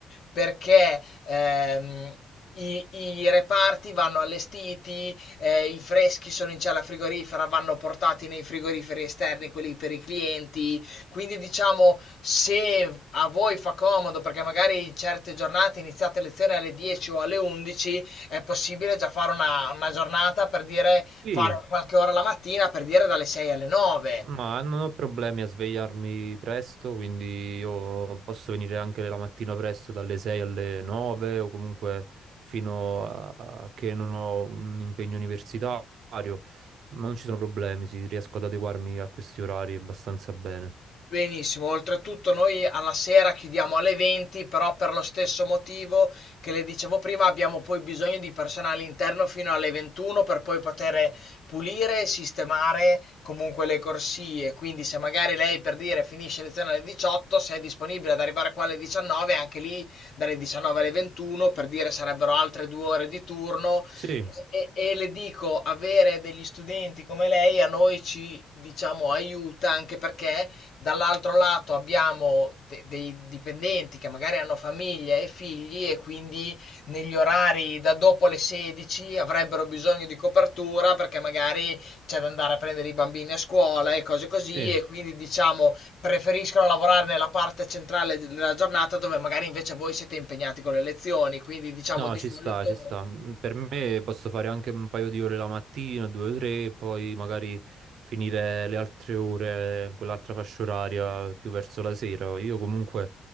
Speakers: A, on the left; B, on the right.
A: perché ehm, i, i reparti vanno allestiti, eh, i freschi sono in cella frigorifera, vanno portati nei frigoriferi esterni, quelli per i clienti. Quindi diciamo, se a voi fa comodo, perché magari in certe giornate iniziate lezione alle 10 o alle 11, è possibile già fare una, una giornata per dire,
B: Sì,
A: fare qualche ora la mattina per dire dalle 6 alle 9.
B: Ma non ho problemi a svegliarmi presto, quindi io posso venire anche la mattina presto dalle 6 alle 9 o comunque fino a a che non ho un impegno universitario, ma non ci sono problemi, sì, riesco ad adeguarmi a questi orari abbastanza bene.
A: Benissimo, oltretutto noi alla sera chiudiamo alle 20, però per lo stesso motivo che le dicevo prima, abbiamo poi bisogno di personale interno fino alle 21 per poi poter pulire e sistemare comunque le corsie. Quindi se magari lei per dire finisce lezione alle 18, se è disponibile ad arrivare qua alle 19, anche lì dalle 19 alle 21, per dire sarebbero altre due ore di turno.
B: Sì,
A: E, e le dico, avere degli studenti come lei a noi ci, diciamo, aiuta anche perché Dall'altro lato abbiamo de- dei dipendenti che magari hanno famiglia e figli e quindi negli orari da dopo le 16 avrebbero bisogno di copertura perché magari c'è da andare a prendere i bambini a scuola e cose così
B: sì.
A: e quindi diciamo preferiscono lavorare nella parte centrale della giornata dove magari invece voi siete impegnati con le lezioni, quindi diciamo
B: No,
A: di
B: ci
A: solito
B: sta, ci sta. Mm, Per me posso fare anche un paio di ore la mattina, due o tre, e poi magari finire le altre ore, quell'altra fascia oraria più verso la sera. Io comunque